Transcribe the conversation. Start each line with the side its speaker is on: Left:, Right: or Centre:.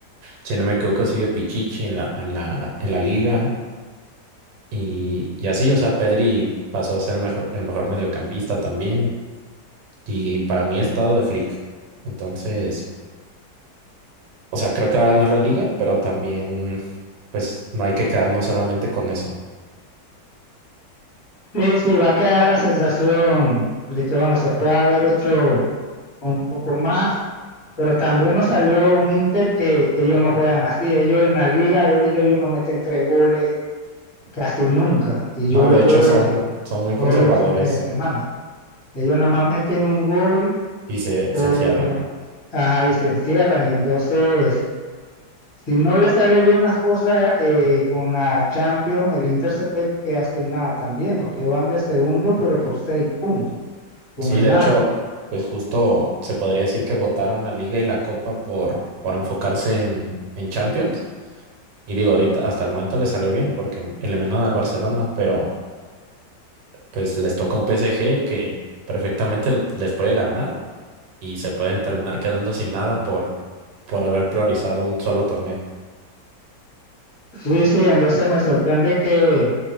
Right: si no me equivoco, sigue Pichichi en la, en la, en la liga. Y, y así, o sea, Pedri pasó a ser mejo- el mejor mediocampista también. Y para mí está de flick. Entonces, o sea, creo que va a ganar la liga, pero también, pues, no hay que quedarnos solamente con eso.
Left: Sí, sí, va a quedar la sensación de que, bueno, se puede haber hecho un poco más, pero también nos salió un Inter que, que ellos no juegan así. Ellos en la liga de ellos, ellos no meten tres goles casi nunca. Y
Right: No,
Left: yo lo
Right: de hecho,
Left: veo
Right: son, son muy
Left: todos
Right: conservadores
Left: los fines de semana. Ellos nada más meten un gol
Right: y se,
Left: o,
Right: se encierran.
Left: ajá, y se encierran. Y entonces, si no le sale bien las cosas eh, con la Champions, el Inter se pe- que hace nada también, porque ellos van de segundo, pero por seis puntos con
Right: Sí,
Left: el
Right: de
Left: Napoli.
Right: hecho, pues justo se podría decir que votaron la liga y la copa por, por enfocarse en, en Champions. Y digo, ahorita hasta el momento le salió bien porque eliminaron al Barcelona, pero pues les toca un PSG que perfectamente l- les puede ganar y se pueden terminar quedando sin nada por, por haber priorizado un solo torneo.
Left: Sí, sí, entonces me sorprende que